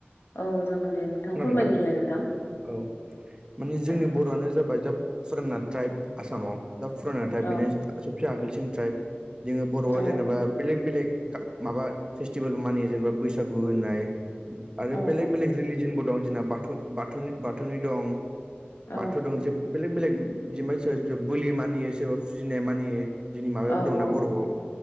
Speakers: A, on the left (about 70°); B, on the right (about 20°).
A: औ जागोन दे नोंथां
B: खोनादों
A: फोरमायग्रोलाय
B: ना
A: नोंथां
B: औ माने जोंनि
A: दे
B: बर' आनो जाबाय दा फुराना ट्राइब आसामाव दा फुराना टाइब बेनो
A: औ
B: सबसे आगोलसिन ट्राइब जोङो बर'आ
A: औ
B: जेनेबा बेलेक बेलेग माबा फेस्टिभेल मानियो जेनेबा बैसागु होननाय आरो
A: औ
B: बेलेग बेलेग रिलिजनबो दं जोंना बाथौ बाथौनि बाथौनि दं बाथौ
A: औ
B: दं जे बेलेग बेलेग जेनेबा सोरबा बोलि मानियो सोरबा फुजिनाय मानियो जोंनि माबायाबो
A: औ
B: दंना
A: औ
B: बर'आव